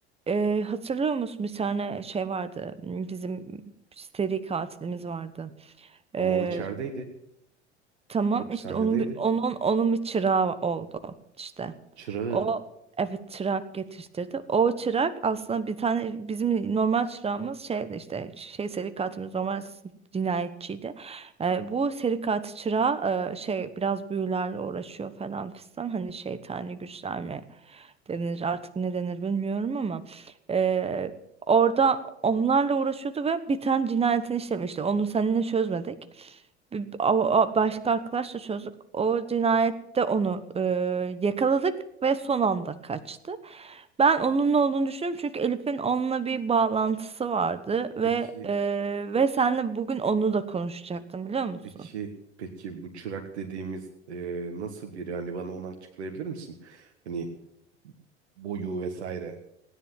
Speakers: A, on the right; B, on the right.
A: e, hatırlıyor musun bir tane şey vardı. m, Bizim seri katilimiz vardı.
B: Ama
A: E,
B: o içerideydi.
A: tamam
B: Hapishanedeydi.
A: işte onun bir, onun onun bir çırağı oldu işte.
B: Çırağı.
A: O evet çırak yetiştirdi. O çırak aslında bir tane bizim normal çırağımız şeydi işte şey seri katilimiz normal s- cinayetçiydi. Ee, bu seri katil çırağı e, şey biraz büyülerle uğraşıyor falan fistan hani şeytani güçler mi denir artık ne denir bilmiyorum ama e, orada onlarla uğraşıyordu ve bir tane cinayetini işlemişti. Onu seninle çözmedik. Bir- a- a- Başka arkadaşla çözdük. O cinayette onu e, yakaladık ve son anda kaçtı. Ben onun ne olduğunu düşünüyorum çünkü Elif'in onunla bir bağlantısı vardı ve
B: Peki,
A: e, ve senle bugün onu da konuşacaktım biliyor musun?
B: peki, peki bu çırak dediğimiz e, nasıl biri? Hani bana onu açıklayabilir misin? Hani boyu vesaire.